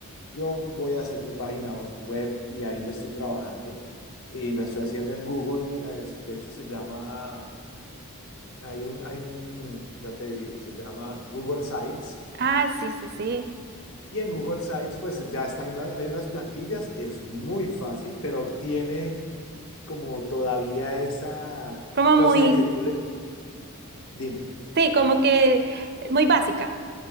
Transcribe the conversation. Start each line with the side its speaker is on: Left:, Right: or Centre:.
Left: yo voy a hacer mi página web y ahí la estoy trabajando y la estoy haciendo en Google, eh, de hecho se llama... Hay un, hay un, ya te digo, se llama Google Sites
Right: Ah, sí, sí, sí.
Left: y en Google Sites, pues ya está, hay unas, hay unas plantillas, es muy fácil, pero tiene como todavía esa
Right: Como
Left: cosa
Right: muy,
Left: de que tú le, dime,
Right: sí, como que muy básica,